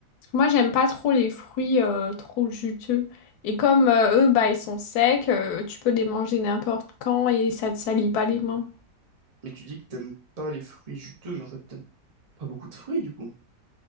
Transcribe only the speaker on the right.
Mais tu dis que t'aimes pas les fruits juteux, mais en fait, t'aimes pas beaucoup de fruits, du coup.